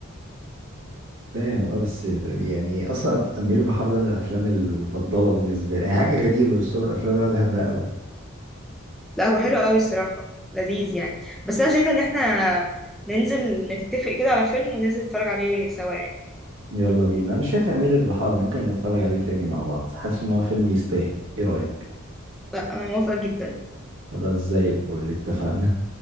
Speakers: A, on the right (about 60°); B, in the centre.
A: <laughs> فاهم اه بس يعني اصلا امير البحار ده من الافلام المفضلة بالنسبة لي يعني حاجة غريبة بس هو من الافلام اللي انا بحبها قوي
B: لا هو حلو قوي الصراحة لذيذ يعني بس أنا شايفة إن احنا ننزل نتفق كده على فيلم وننزل نتفرج عليه سوا يعني
A: يلا بينا انا شايف امير البحار ممكن نتفرج عليه تاني مع بعض حاسس ان هو فيلم يستاهل ايه رأيك
B: لا أنا موافقة جدا
A: خلاص زي الفل اتفقنا